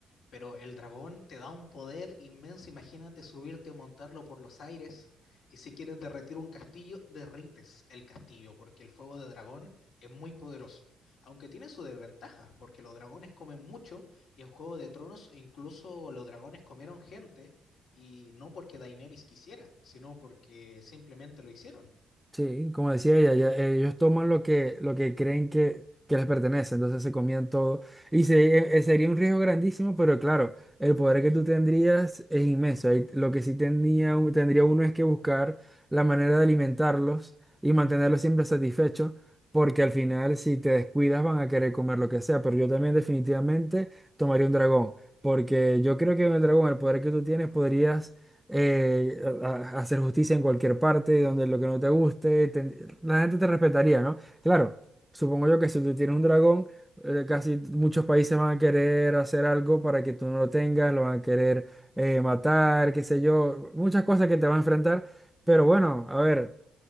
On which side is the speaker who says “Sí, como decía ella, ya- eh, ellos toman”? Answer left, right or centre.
Centre